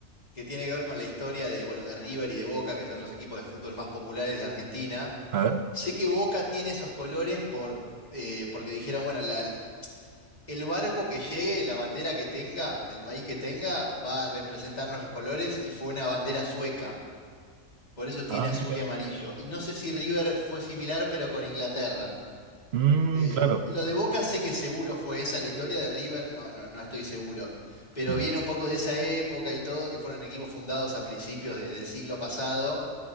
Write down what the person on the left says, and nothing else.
que tiene que ver con la historia de, bueno, de River y de Boca, que son los equipos de fútbol más populares de Argentina.
Sé que Boca tiene esos colores por, eh, porque dijeron, bueno, la- el barco que llegue, la bandera que tenga, del país que tenga, va a representar nuestros colores y fue una bandera sueca. Por eso tiene
azul
y amarillo. Y no sé si River fue similar, pero con Inglaterra.
Eh,
lo de Boca sé que seguro fue esa la historia de River, no, no, no estoy seguro. Pero
viene un poco de esa época y todo, que fueron equipos fundados a principios de- del siglo pasado,